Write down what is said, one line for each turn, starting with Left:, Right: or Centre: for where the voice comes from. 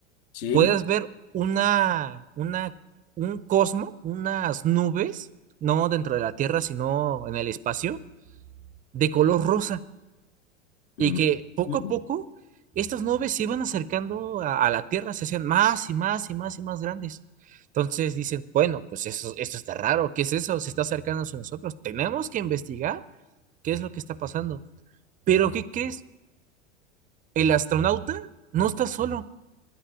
Left: ¿Sí?
Right: puedas ver una, una, un cosmo, unas nubes, no dentro de la Tierra, sino en el espacio, de color rosa,
Left: Mm.
Right: y que poco
Left: Mm.
Right: a poco estas nubes se iban acercando a, a la Tierra, se hacían más y más y más y más grandes. Entonces dicen, bueno, pues eso, esto está raro, ¿qué es eso? Se está acercando a nosotros, tenemos que investigar qué es lo que está pasando. Pero ¿qué crees? El astronauta no está solo,